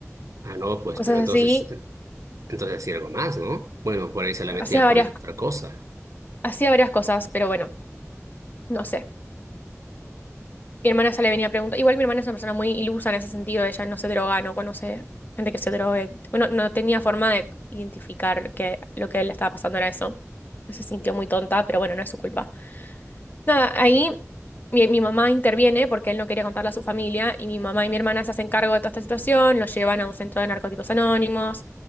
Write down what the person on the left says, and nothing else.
cosas
así.
Hacía varias,
hacía varias cosas, pero bueno, no sé. Mi hermana ya le venía a preguntar. Igual mi hermana es una persona muy ilusa en ese sentido, ella no se droga, no conoce gente que se drogue. Bueno, no tenía forma de identificar que lo que le estaba pasando era eso. No se sintió muy tonta, pero bueno, no es su culpa. Nada, ahí mi, mi mamá interviene porque él no quería contarle a su familia y mi mamá y mi hermana se hacen cargo de toda esta situación, lo llevan a un centro de narcóticos anónimos,